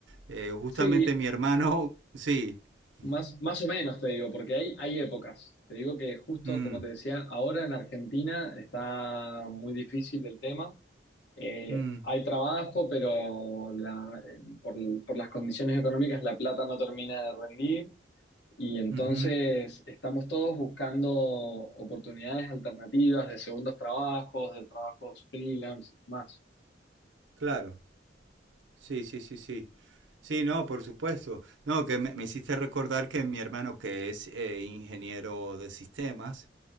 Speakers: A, on the right (about 80°); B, on the left (about 65°).
A: Eh, justamente
B: Sí,
A: mi hermano, <laughs> sí. Ujú.
B: Más, más o menos te digo, porque hay, hay épocas. Te digo que justo
A: Mm,
B: como te decía, ahora en Argentina está muy difícil el tema. Eh,
A: mm,
B: hay trabajo, pero la- eh, por, por las condiciones económicas la plata no termina de rendir y entonces
A: ujú.
B: estamos todos buscando oportunidades alternativas de segundos trabajos, de trabajos freelance y más.
A: Claro. Sí, sí, sí, sí. Sí, no, por supuesto. No, que me, me hiciste recordar que mi hermano, que es eh, ingeniero de sistemas,